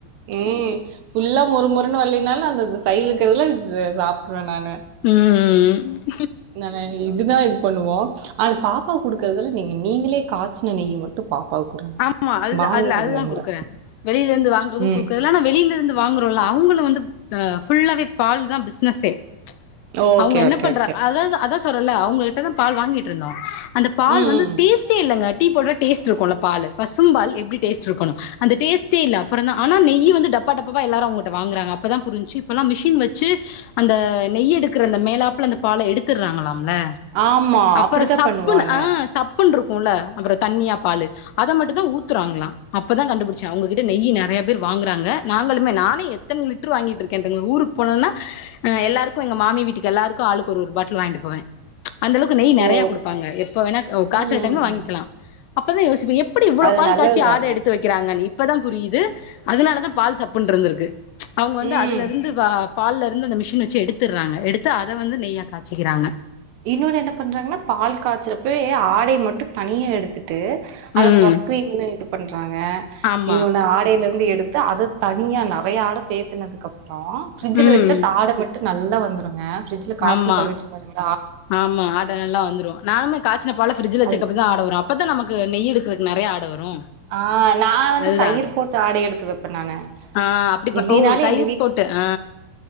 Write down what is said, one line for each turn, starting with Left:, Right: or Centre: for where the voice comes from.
Right: ம் ஃபுல்லாப் மொறு மொறுன் வர்ல்லின்னாலு அந்த சைலுக்குறதுல சே சாப்ட்ருவ நானு
Left: ம் ம் ம்
Right: நானு இதுதா இது பண்ணுவோ அது பாப்பாக் குடுக்கற்துல நீங்க நீங்களே காய்ச்சின நெய் மட்டு பாப்பாவுக்கு குடுங்க
Left: ஆமா அதுதா
Right: வாங்குனது
Left: அதுல அதுதா
Right: வேண்டா
Left: குடுக்கற வெளியில இருந்து வாங்கறது
Right: ம்
Left: குடுக்குறதுல்ல ஆனா வெளியில இருந்து வாங்குறோ இல்ல அவ்ங்களு வந்து அ ஃபுல்லாவே பால் தா பிஸ்னஸே
Right: ஓகே
Left: அவ்ங்க என்ன
Right: ஓகே
Left: பண்றாங்க
Right: ஓகே
Left: அதாதா அதா சூரல்ல அவுங்ககிட்டதா பால் வாங்கிட்ருந்தோ அந்த பால்
Right: ம்
Left: வந்து
Right: ம்
Left: டீஸ்ட்டே இல்லங்க டீ போட்ற டேஸ்ட் இருக்குல்ல பாலு பசும்பால் எப்டி டேஸ்ட்ருக்கணு அந்த டேஸ்ட்டே இல்ல அப்புறந்தா ஆனா நெய்யு வந்து டப்பா டப்பா எல்லாரு அவ்ங்கட்ட வாங்குறாங்க அப்பதா புரிஞ்சு அப்பல்லா மிஷின் வச்சு அந்த நெய் எடுக்குற அந்த மேலாப்ல அந்த பால எடுத்துற்றாங்களா அல
Right: ஆமா
Left: அப்பற
Right: அப்டித்தா
Left: சப்புனு
Right: பண்ணுவாங்க
Left: அ சப் அப்பு இருக்கும்ல அப்புறம் தண்ணியா பாலு அத மட்டும் தான் ஊத்துறாங்களலாம் அப்பதான் கண்டுபிடிச்சா அவங்ககிட்ட நெய் நிறையா பேர் வாங்குறாங்க நாங்களுமே நானே எத்தனை லிட்டர் வாங்கிட்டு இருக்கேன்ங்க ஊருக்கு போனம்னா அஹ் எல்லாருக்கும் எங்க மாமி வீட்டுக்கு எல்லாருக்கும் ஆளுக்கு ஒரு பாட்டில் வாங்கிட்டு போவேன் அந்த அளவுக்கு நெய் நிறைய
Right: ஓ
Left: குடுப்பாங்க எப்ப வேணா காய்ச்சல்
Right: ம்
Left: டைம்ல
Right: ம்
Left: வாங்கிக்கலாம்
Right: ம்
Left: அப்பதான்யோசிங்க எப்படி இவ்ளவு
Right: அது
Left: பால்
Right: நல்லதுதாங்க
Left: காட்சி ஆட எடுத்து வக்கிறாங்க நீ இப்பதான் புரியுது அதனாலதான் பால் சப்புன்ருந்திருக்கு அவுங்க வந்து
Right: ம்
Left: அதுல இருந்து பால்ல இருந்து அந்த மிஷின் வச்சு எடுத்துடுறாங்க எடுத்து அதை வந்து‌நெய்யா காசிக்கிறாங்க
Right: இன்னொன்னு என்ன பண்றாங்கன்னா பால் காய்ச்சறப்பயே ஆடை மட்டும் தனியா எடுத்துக்க டு அத
Left: ம்
Right: ஃப்ரெஷ் கிரீம்னு இது பன்றாங்க
Left: ஆமா
Right: இன்னொனு ஆடையேருந்து எடு எடுத்து அத தனியா நறைய ஆட சேர்த்துனதுக்கு அப்புறம் அப்புறம் ஃப்ரிட்ஜல
Left: ம்
Right: வச்சு <unintelligible> மட்டும் நல்லா வந்துருங்க பிரிட்ஜில காசுன
Left: ஆமா
Right: பாவ வச்சு பாருங்க
Left: ஆமா ஆட நல்ல வந்துரும் நானுே காய்சின பால பிரிட்ஜில வெச்சதுக்கப்பதான்
Right: அதுல
Left: ஆட வரும் அப்பதான் நமக்கு நெய் எடுக்கிறதுக்கு நிறைய ஆட வரு
Right: ஆஹ் நான் வந்து
Left: அதுதா
Right: தயிர் போட்டு ஆடை எடுத்து வைப்பேன் நான
Left: ஆ அப்டி ப
Right: இல்லினாலும்
Left: ஓ தயிர்
Right: எங்க வீட்
Left: போட்டு ஆ